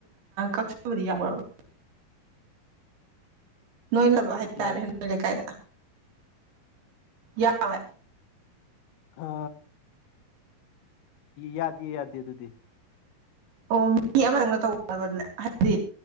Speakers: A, on the right (about 85°); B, on the left (about 85°).
A: ꯀꯛꯆꯕꯗꯤ ꯌꯥꯎꯔꯕꯥ ꯅꯣꯏꯅꯕ ꯍꯥꯏꯇꯥꯔꯦ
B: ꯌꯥ
A: ꯅꯣꯏ ꯂꯩꯀꯥꯏꯗ ꯌꯥꯎꯋꯦ
B: ꯑ ꯌꯥꯗꯦ ꯌꯥꯗꯦ ꯑꯗꯨꯗꯤ
A: ꯑꯣ ꯃꯤ ꯑꯃꯗꯪꯅ ꯇꯧꯒꯗꯕ ꯍꯥꯏꯕꯗꯤ